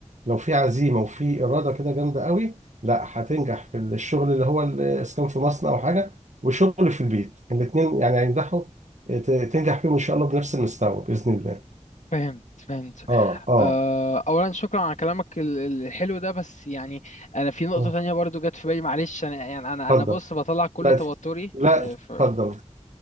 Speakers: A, on the right (about 75°); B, on the left (about 75°).
A: لو في عزيمه وفي اراده كده جامده قوي لا هتنجح في الشغل اللي هو الاسكان في مصنع او حاجه وشغل في البيت الاثنين يعني هينجحوا ت- تنجح فيهم ان شاء الله بنفس المستوى باذن الله
B: فهمت فهمت
A: اه اه
B: آه، اولا شكرا على كلامك ال- ال- الحلو ده بس يعني انا في نقطة
A: آه.
B: تانية برضو جت في بالي معلش انا يعني انا
A: اتفضل
B: انا بص بطلع كل
A: لا
B: توتري
A: لا
B: آه،
A: اتفضل
B: ف... ف...